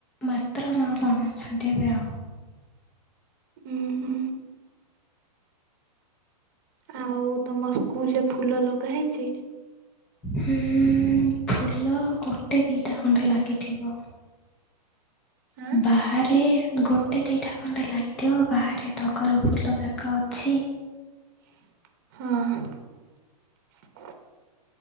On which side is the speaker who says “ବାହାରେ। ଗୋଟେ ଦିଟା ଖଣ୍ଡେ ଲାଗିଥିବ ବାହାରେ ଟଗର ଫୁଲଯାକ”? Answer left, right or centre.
Centre